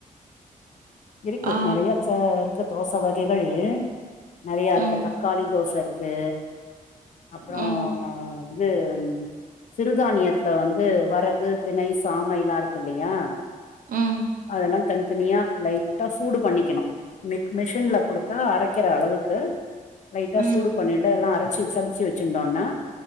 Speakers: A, on the left; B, on the right.
A: இருக்கு
B: ஆ
A: நிறைய ச இரு தோசை வகைகள் நிறையா இருக்கு
B: ம்
A: தக்காளி தோசை இருக்கு அப்புறம்
B: ம்
A: இது சிறுதானியத்துல வந்து வரகு திணை சாமை லா இருக்கு இல்லையா
B: ம்
A: அதெல்லாம் தனித்தனியா லைட் டா சூடு பண்ணிக்கனும் மிஷின்ல குடுத்தா அரைக்கற அளவுக்கு லைட்டா
B: ம்
A: சூடு பண்ணின்டு எல்லாம் அரைச்சி சலிச்சி வச்சிருந்தோம்னா